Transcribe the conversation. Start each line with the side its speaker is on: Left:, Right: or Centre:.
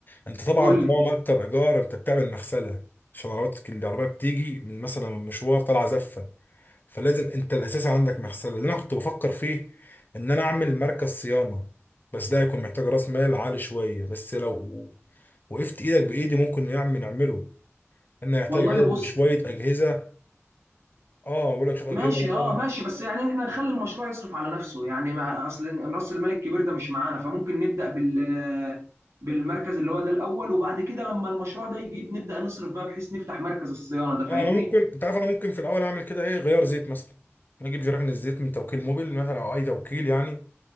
Left: انت طبعا
Right: قول
Left: طالما
Right: لي
Left: مكتب ايجار انت بتعمل مغسله عشان عربيتك العربيه بتيجي من مثلا من مشوار طالعه زفه فلازم انت الاساسي عندك مغسله اللي انا كنت بفكر فيه ان انا اعمل مركز صيانه بس ده هيكون محتاج راس مال عالي شويه بس لو وقفت ايدك بايدي ممكن نعمل نعمله انا هيحتاج
Right: والله
Left: عدد
Right: بص
Left: وشويه اجهزه اه بقول لك شويه
Right: ماشي
Left: اجهزه مثلا
Right: اه ماشي بس يعني احنا نخلي المشروع يصرف على نفسه يعني ما اصل راس المال الكبير ده مش معانا فممكن نبدا بال بالمركز اللي هو ده الاول وبعد كده لما المشروع ده يجيب نبدا نصرف بقى بحيث نفتح مركز الصيانه ده فاهمني؟
Left: اه انا ممكن انت عارف انا ممكن في الاول اعمل كده ايه غيار زيت مثلا اجيب جيران الزيت من توكيل موبيل مثلا او اي توكيل يعني